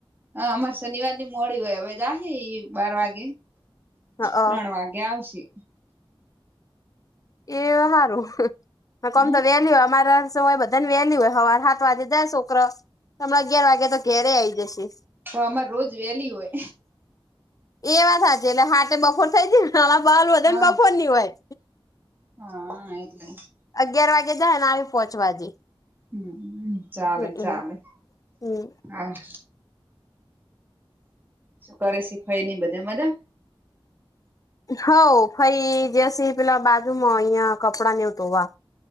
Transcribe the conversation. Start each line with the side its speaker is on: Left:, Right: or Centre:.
Right: હ અમારે શનિવાર ની મોડી હોય હવે જ બાર વાગે
Left: હા
Right: ત્રણ વાગે. ગશી.
Left: એ સારું
Right: હમ
Left: કોમ તો વેલ્યુ અમારે હોય બધું. ન વહેલી હોય હવાર સાત વાગે દાય છોકરા સમણા અગિયાર વાગે તો ઘેરે આવી જશે.
Right: તો આમાં રોજ વેલી હોય
Left: એ વાત સાચી એટલે હાટે બપોર થઈ જ હ બલ વધે
Right: હા
Left: ને બફોર ની હોય
Right: હા એટલે
Left: અગિયાર વાગે જાય ને આવે પાંચ વાગે
Right: <inaudible> હમ ચાલે
Left: હમ હમ
Right: ચાલે
Left: હમ
Right: હા <inaudible> શું કરે શીખાઈ ની બધે મજા
Left: હોઊભાઈ જેસી પેલા બાજુમાં અહં કપડા નેવતો વા